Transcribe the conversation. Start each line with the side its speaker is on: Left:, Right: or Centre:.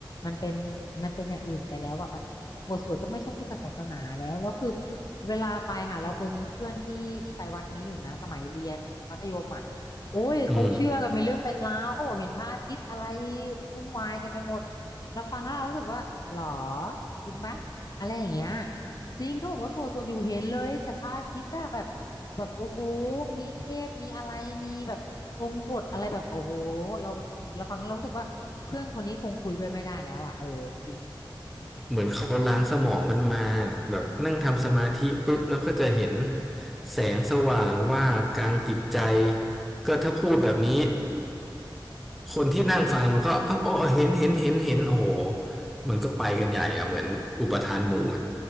Left: มันเป็นมันเป็นอย่างอื่นไปแล้วอ่ะมันบทสวดก็ไม่ใช่พุทธศาสนาแล้วแล้วคือเวลาไปค่ะเราเคยมีเพื่อนที่ที่ไปวัดนี้อยู่นะสมัยเรียนมัธยมอ่ะโอ้ยเขาเชื่อกันเป็นเรื่องเป็นราวเขาบอกเห็นพระอาทิตย์อะไร
Centre: อืม
Left: วุ่นวายกันไปหมดเราฟังแล้วเรารู้สึกว่าหรอจริงปะอะไรอย่างเงี้ย จริงเขาบอกว่าสวดสวดอยู่เห็นเลยจากพระอาทิตย์อะแบบแบบโอ้โหมีเทพมีอะไรมีแบบทรงกรดอะไรแบบโอ้โหเราเราฟังแล้วเรารู้สึกว่าเพื่อนคนนี้คงคุยด้วยไม่ได้แล้วอ่ะเออจริง
Centre: เหมือนเขาล้างสมองกันมาแบบนั่งทำสมาธิปุ๊บแล้วก็จะเห็นแสงสว่างวาบกลางจิตใจก็ถ้าพูดแบบนี้คนที่นั่งฟังมันก็เอ้าอ๋อเห็นเห็นเห็นเห็นโอ้โหมันก็ไปกันใหญ่อะเหมือนอุปทานหมู่อะ